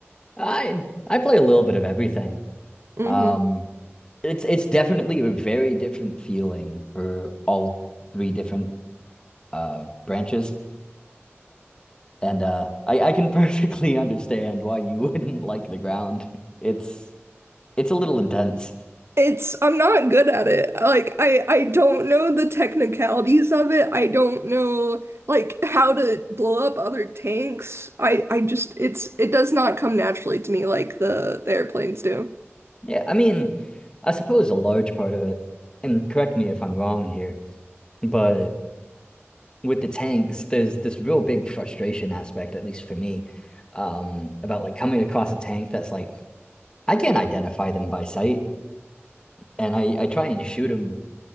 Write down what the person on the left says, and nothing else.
I I play a little bit of everything.
Um, it's it's definitely a very different feeling for all three different uh branches. And uh, I, I can <laughs> perfectly understand why you wouldn't like the ground. It's it's a little intense.
Yeah, I mean, I suppose a large part of it, and correct me if I'm wrong here, but with the tanks, there's this real big frustration aspect, at least for me, um, about like coming across a tank that's like I can't identify them by sight, and I I try and shoot him,